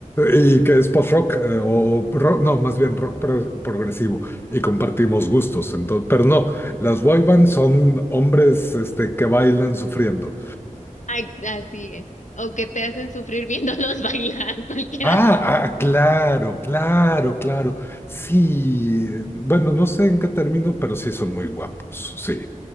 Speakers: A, on the left; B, on the left.
A: Y que es post-rock, eh, o rock, no, más bien rock pro- progresivo, y compartimos gustos. Entonces, pero no, las boy bands son hombres este, que bailan sufriendo.
B: Ay, así es. O que te hacen sufrir viéndolos <laughs> bailar. Cualquiera
A: Ah, ah, claro, claro, claro. Sí, bueno, no sé en qué término, pero sí son muy guapos, sí.